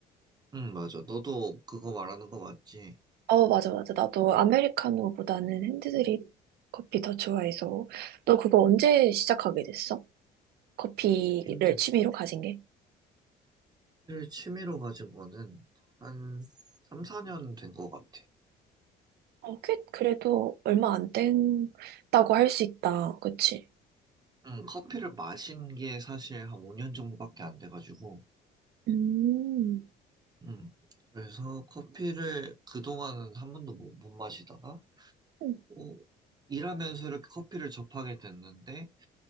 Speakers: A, on the right; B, on the right.
A: 응, 맞아. 너도 그거 말하는 거 맞지?
B: 어, 맞아, 맞아. 나도 아메리카노보다는 핸드드립 커피 더 좋아해서. 너 그거 언제 시작하게 됐어? 커피를
A: 핸드피를
B: 취미로 가진 게?
A: 취미로 가진 거는 한 3, 4년 된 거 같아.
B: 어, 꽤 그래도 얼마 안 됐다고 할 수 있다. 그치?
A: 응, 커피를 마신 게 사실 한 5년 정도밖에 안 돼가지고,
B: 음,
A: 응. 그래서 커피를 그동안은 한 번도 못, 못 마시다가,
B: 음
A: 어, 일하면서 이렇게 커피를 접하게 됐는데,